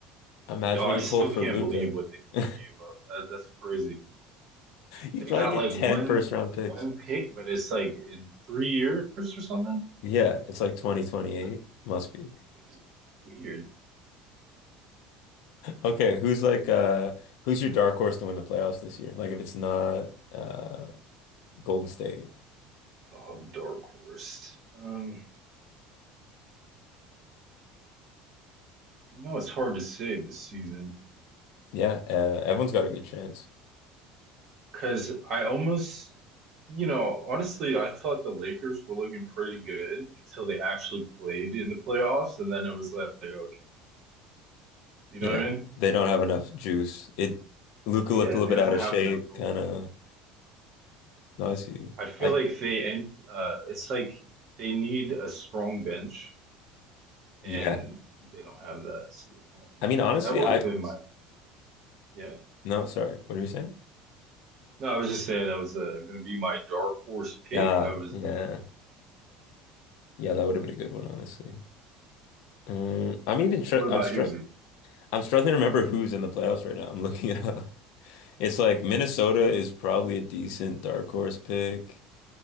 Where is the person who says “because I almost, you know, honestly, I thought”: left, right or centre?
Right